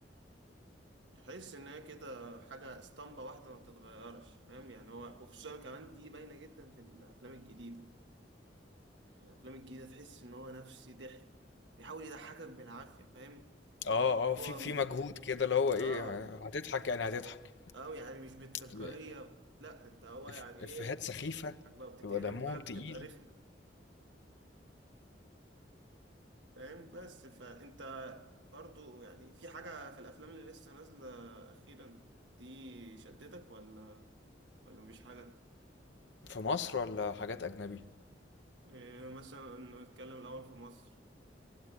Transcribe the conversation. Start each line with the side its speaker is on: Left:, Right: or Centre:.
Right: تحس ان هي كده حاجة اسطمبة واحدة ما بتتغيرش فاهم يعني هو وخصوصا كمان دي باينة جدا في الافلام الجديدة يعني الافلام الجديدة تحس ان هو نفسي ضحك بيحاول يضحكك بالعافية فاهم
Left: اه اه في
Right: هو
Left: في مجهود كده اللي هو ايه
Right: اه
Left: هتضحك يعني هتضحك
Right: أوي يعني مش بالتلقائية
Left: طب
Right: لا أنت هو يعني
Left: إف-
Right: إيه
Left: افيهات
Right: أنت
Left: سخيفه
Right: بتضحك بقى بتتقلب
Left: بيبقى دمهم
Right: بقى
Left: تقيل
Right: بتبقى رخمة فاهم بس فأنت برضو يعني في حاجة في الأفلام اللي لسه نازلة أخيرا دي شدتك ولا ولا مفيش حاجة؟
Left: في مصر ولا حاجات اجنبي
Right: إيه مثلا نتكلم الأول في مصر